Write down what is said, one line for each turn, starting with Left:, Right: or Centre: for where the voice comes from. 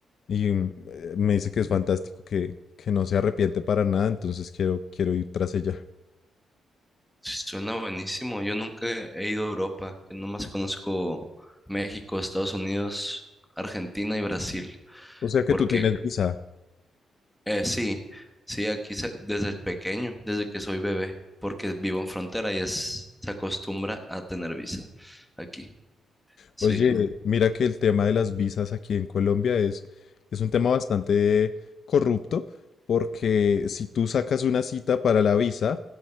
Left: y mm, eh, me dice que es fantástico, que, que no se arrepiente para nada. Entonces, quiero, quiero ir tras ella.
Centre: Suena buenísimo, yo nunca he ido a Europa, yo nomás conozco México, Estados Unidos, Argentina y Brasil,
Left: O sea que
Centre: porque
Left: tú tienes visa.
Centre: Eh, sí, sí, aquí se- desde pequeño, desde que soy bebé, porque vivo en frontera y es, se acostumbra a tener visa aquí, sí,
Left: Oye, mira que el tema de las visas aquí en Colombia es, es un tema bastante corrupto, porque si tú sacas una cita para la visa,